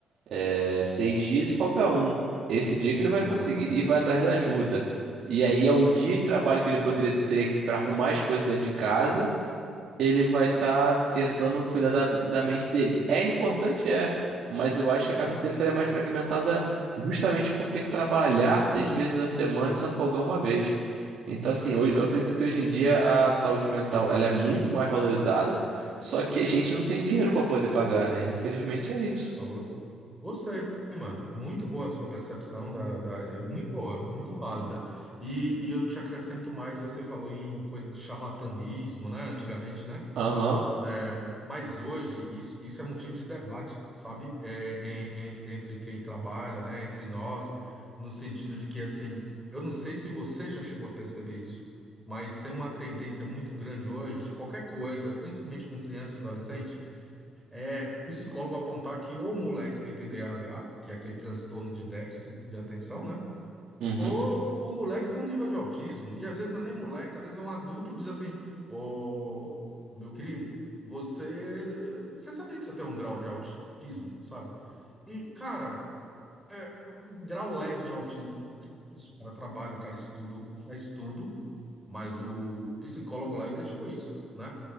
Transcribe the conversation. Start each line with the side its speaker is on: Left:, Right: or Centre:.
Right: É, seis dias e folga um. Esse dia que ele vai
Centre: Exatamente.
Right: conseguir e vai atrás da ajuda. E aí é um dia de trabalho que ele poderia ter que para arrumar as coisas dentro de casa. Ele vai estar tentando cuidar da, da mente dele. É importante, é, mas eu acho que a cabeça
Centre: Uhum.
Right: dele estaria mais fragmentada justamente por ter que trabalhar seis vezes na semana e só folgar uma vez. Então, assim,
Centre: Perfeito.
Right: ho- eu acredito que hoje em dia a saúde mental ela é muito mais valorizada, só que a gente não tem dinheiro para poder pagar, né? Infelizmente é isso.
Centre: Falou Gostei, mano. Muito boa a sua percepção da, da- é muito boa, muito válida. E, e eu te acrescento mais, você falou em coisa de charlatanismo, né? Antigamente, né?
Right: Aham.
Centre: É, mas hoje isso, isso é motivo de debate, sabe? É, em- em- entre quem trabalha, né? Entre nós, no sentido de que assim, eu não sei se você já chegou a perceber isso, mas tem uma tendência muito grande hoje de qualquer coisa, principalmente com criança e adolescente. É psicólogo apontar que ou o moleque tem TDAH, que é aquele transtorno de déficit de atenção, né?
Right: Uhum.
Centre: Ou o moleque tem um nível de autismo. E às vezes não é nem moleque, às vezes é um adulto diz assim: Ô, meu querido, você, eh, você sabia que você tem um grau de autismo, sabe? E, cara, é, grau leve de autismo. O que é Isso, o cara trabalha, o cara estuda, o cara faz tudo, mas o, o psicólogo lá identificou isso, né?